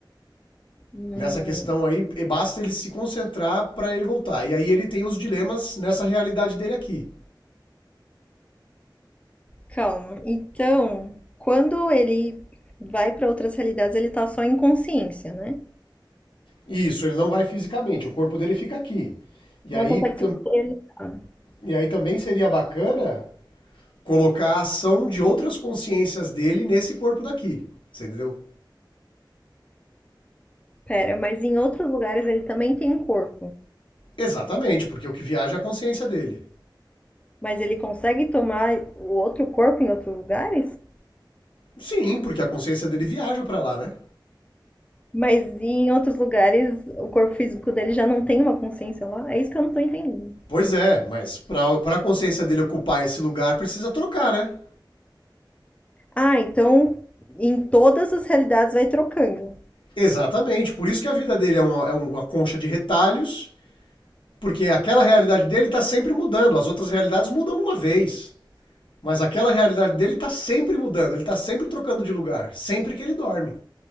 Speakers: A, on the left; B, on the left.
A: Hum,
B: Nessa questão aí, basta ele se concentrar pra ele voltar. E aí ele tem os dilemas nessa realidade dele aqui.
A: calma. Então, quando ele vai para outras realidades, ele tá só em consciência, né?
B: Isso, ele não vai fisicamente, o corpo dele fica aqui. E
A: Não
B: aí
A: consegue se materializar.
B: E aí também seria bacana colocar a ação de outras consciências dele nesse corpo daqui. Você entendeu?
A: Pera, mas em outros lugares ele também tem um corpo.
B: Exatamente, porque o que viaja é a consciência dele.
A: Mas ele consegue tomar o outro corpo em outros lugares?
B: Sim, porque a consciência dele viaja pra lá, né?
A: Mas em outros lugares o corpo físico dele já não tem uma consciência lá? É isso que eu não tô entendendo.
B: Pois é, mas pra, pra consciência dele ocupar esse lugar precisa trocar, né?
A: Ah, então em todas as realidades vai trocando.
B: Exatamente, por isso que a vida dele é uma, é uma concha de retalhos, porque aquela realidade dele tá sempre mudando, as outras realidades mudam uma vez. Mas aquela realidade dele tá sempre mudando, ele tá sempre trocando de lugar, sempre que ele dorme.